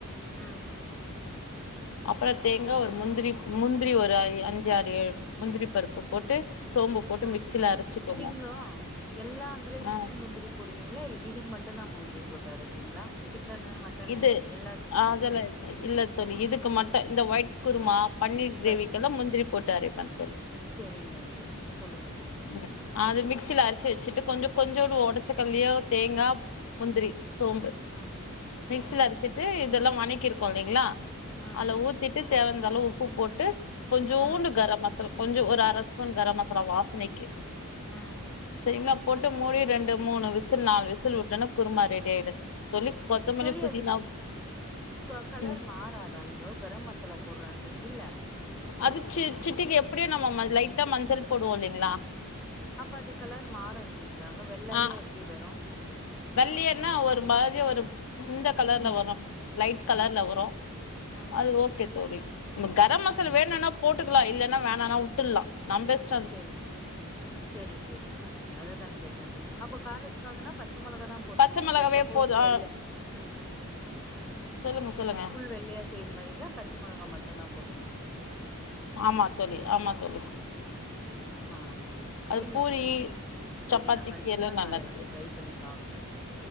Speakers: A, in the centre; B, on the left.
A: உம்
B: அப்றோ தேங்கா ஒரு முந்திரி முந்திரி ஒரு அஞ்சு அறு ஏழுமுந்திரி பருப்பு போட்டு சோம்பு போட்டு
A: ஆ
B: மிக்சில அரைச்சுக்கோங்க
A: நீங்கோ எல்லா கிரேவிக்கு
B: ஆ
A: மே முந்திரி போடுவீங்ளா இல்ல இதுக்கு மட்டும் தா முந்திரி போட்டு அரப்பீங்ளா சிக்கனு மட்டனு
B: இது
A: எல்லா
B: அதெல்லா
A: ம்
B: இல்ல தோழி இதுக்கு மட்டும் இந்த ஒயிட் குருமா
A: ம்
B: பன்னீர் கிரேவி
A: வே
B: எல்லா முந்திரி போட்டு அரைப்பே தோழி
A: செரிங்க தோழி சொல்லுங்க தோழி
B: உம் அது
A: ம்
B: மிக்சில அரிச்சி வச்சிட்டு கொஞ்சோ கொஞ்சோண்டு உடச்சக்கல்லியோ தேங்கா முந்திரி சோம்பு
A: உம் உம்
B: மிக்சில அரச்சிட்டு இதெல்லா வனக்கிருக்கோ இல்லிங்ளா
A: ம்
B: அதுல ஊத்திட்டு தேவயானந்தாலவு உப்பு போட்டு கொஞ்சோண்டு
A: ம்
B: கரம் மசாலா கொஞ்சோ ஒரு அரஸ்பூன் கரம் மசாலா வாசனைக்கு
A: உம்
B: சரிங்ளா போட்டு மூடி ரெண்டு மூணு விசில் நாலு விசில் விட்டேன்னா குருமா ரெடி ஆயிடுது சொல்லி கொத்தமல்லி
A: <unintelligible>
B: புதினா
A: அது க கலர்
B: ம்
A: மாறாதா நீங்கோ கரம் மசாலா போடுறன்றீங்கில்ல
B: அது சி சிட்டிக்கு எப்டியு நம்ம மஞ் லைட்டா மஞ்சள் போடுவோ இல்லிங்ளா
A: அப்ப அது கலர் மாறு இல்லிங்ளா அங்க வெள்ளையா
B: ஆ
A: எப்டி வரு
B: வெள்ளையன்னா ஒரு மாதிரியா ஒரு இந்த கலர்ல
A: ம்
B: வரு லைட் கலர்ல வரு
A: ம்
B: அது ஓகே தோழி நம்ம கரம் மசாலா
A: ம்
B: வேணுன்னா
A: ம்
B: போட்டுக்கலா இல்லேன்னா வேணனா வுட்டுட்லா நம்ப இஷ்
A: சேரி சேரி சேரிங்க அதுதா கேட்டே அப்ப காரத்துக்காகன்னா பச்சை மொளகா தா போட்டுக்கணு
B: பச்ச மிளகாவே
A: வெ சப்போஸ்
B: போதும்
A: வெள்ளை
B: ஆ
A: உம் ம்
B: சொல்லுங்க சொல்லுங்க
A: ஃபுல் வெள்ளையா செய்ற மாரி இருந்தா பச்சை மொளகா மட்டுந் தா போட்டுக்குணு
B: ஆமா தோழி ஆமா தோழி
A: ஆ ஆ
B: அது
A: சரிங்க
B: பூரி சப்பாத்திக்கு
A: தோழி நா கண்டிப்பா
B: எல்லா
A: நா
B: நல்லா
A: அத
B: இருக்கு
A: வந்து ட்ரை பண்ணி பாப்